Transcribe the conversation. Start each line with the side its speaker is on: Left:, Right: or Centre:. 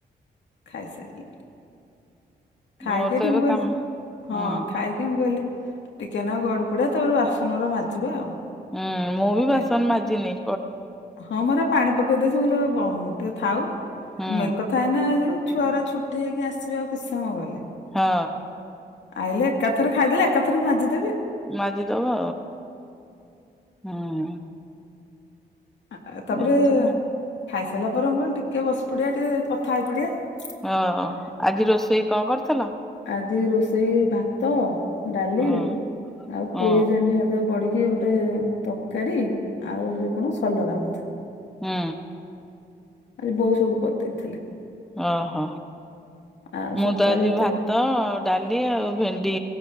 Left: ଖାଇସାରି ଖାଇକି
Centre: ମୋର
Left: ଏଇଠି
Centre: ତ ଏବେ
Left: ମୁଁ କହିଲି
Centre: କାମ
Left: ଟା, ହଁ
Centre: ହୁଁ
Left: ଖାଇକି ମୁଁ କହଲିି ଟିକେ ନା ଗଡି ପଡିବା ତାପରେ ବାସନ ଅରା ମାଜିବା ଆଉ।
Centre: ଉଁ, ମୁଁ ବି ବାସନ
Left: ଏ
Centre: ମାଜିିନି।
Left: ହଁ ମୋର ପାଣି ପକେଇ ଦେଇଛି ମୁଁ କହିଲି ଆ ବଉଁ ଟିକେ ଥାଉ
Centre: ହୁଁ
Left: ମେନ୍ କଥା ଏଇନା ଏଇ ଯୋଉ ଛୁଆଉରା ଛୁଟି ହେଇକି ଆସିବେ ଆଉ କିସ ସମୟ ଗଲେ।
Centre: ହଁ।
Left: ଆଇଲେ ଏକାଥରେ ଖାଇଦେଲେ ଏକାଥରେ ମାଜି ଦେ
Centre: ମାଜିଦବ। ହଁ।
Left: ହଁ ଏ ତାପରେ
Centre: ଏମିତି ଆଉ।
Left: ଖାଇ ସାରିଲା ପରେ ମୁଁ କହିଲି ଟିକେ ବସି ପଡିବା ଟିକେ କଥା ହେଇ ପଡିବା।
Centre: ଓ ଆଜି ରୋଷେଇ କଣ କରିଥିଲ?
Left: ଆଜି ରୋଷେଇ ଭାତ, ଡାଲି,
Centre: ହଁ
Left: ଆଉ
Centre: ହଁ
Left: ପୋଇ ଜହ୍ନି ହେରକା ପଡି କି ଗୋଟେ ତରକାରୀ। ଆଉ ଏ ଯୋଉ କଣ ସଲରା ଭତା।
Centre: ହଁ।
Left: ଆଜି ବୋଉ ସବୁ କରିଦେଇଥିଲେ।
Centre: ଓ ହୋ।
Left: ଆଉ
Centre: ମୁଁ
Left: ସକାଳୁ
Centre: ତ ଆଜି
Left: ହେଇଥିଲା
Centre: ଭାତ, ଆଉ ଡାଲି ଆଉ ଭେଣ୍ଡି